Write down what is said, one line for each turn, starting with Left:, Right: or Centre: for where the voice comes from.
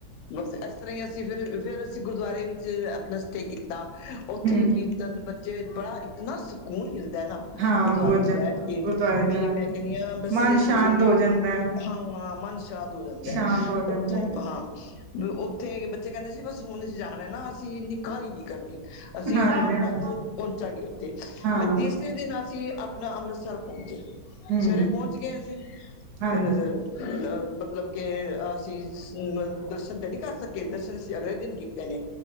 Left: ਬੱਸ ਇਸ ਤਰ੍ਹਾਂ ਹੀ ਅਸੀਂ ਫ ਫਿਰ ਅਸੀਂ ਗੁਰਦੁਆਰੇ ਵਿੱਚ ਆਪਣਾ ਸਟੇ ਕੀਤਾ ਉੱਥੇ
Right: ਹੂੰ
Left: ਵੀ ਕੀ ਤਿੰਨ ਬੱਚੇ ਬੜਾ ਇੱਕ ਨਾ ਸਕੂਨ ਮਿਲਦਾ ਨਾ
Right: ਹਾਂ
Left: ਗੁਰਦੁਆਰੇ
Right: ਬਹੁਤ ਜ਼ਿਆਦਾ
Left: ਬੈਠ ਕੇ
Right: ਗੁਰਦੁਆਰੇ
Left: ਵੀ
Right: ਜਾ
Left: ਮੈਂ
Right: ਕੇ
Left: ਕਹਣੀ ਆ ਬੱਸ
Right: ਮਨ ਸ਼ਾਂਤ
Left: ਜਿਵੇਂ
Right: ਹੋ ਜਾਂਦਾ ਹੈ।
Left: ਹਾਂ ਮਨ ਸ਼ਾਂਤ ਉਥੋਂ ਹੋ ਜਾਂਦਾ
Right: ਸ਼ਾਂਤ
Left: ਐ,
Right: ਹੋ ਜਾਂਦਾ
Left: ਉੱਥੋਂ
Right: ਹੈ
Left: ਹਾਂ ਵੀ ਉੱਥੇ ਬੱਚੇ ਕਹਿੰਦੇ ਸੀ ਬੱਸ ਹੁਣ ਜਾਣਾ ਨਾ ਅਸੀਂ ਏਨੀ ਕਾਹਲੀ ਨੀ ਕਰਨੀ ਅਸੀਂ
Right: ਹਾਂਜੀ
Left: ਆਰਾਮ
Right: ਹਾਂਜੀ
Left: ਨਾਲ ਪਹੁੰਚਾਂਗੇ ਉੱਥੇ,
Right: ਹਾਂ
Left: ਫਿਰ ਤੀ ' <unintelligible> ' ਦਿਨ ਅਸੀਂ ਆਪਣਾ ਅੰਮ੍ਰਿਤਸਰ ਪਹੁੰਚੇ,
Right: ਹਮ
Left: ਸਵੇਰੇ ਪਹੁੰਚ ਗਏ ਅਸੀਂ,
Right: ਹਾਂਜੀ
Left: ਅਹ ਅ -ਮਤਲਬ ਕੇ ਅਸੀਂ ਅ -ਦਰਸ਼ਨ ਤੇ ਨਹੀਂ ਕਰ ਸਕੇ ਦਰਸ਼ਨ ਅਸੀਂ ਅਗਲੇ ਦਿਨ ਕੀਤੇ ਨੇ,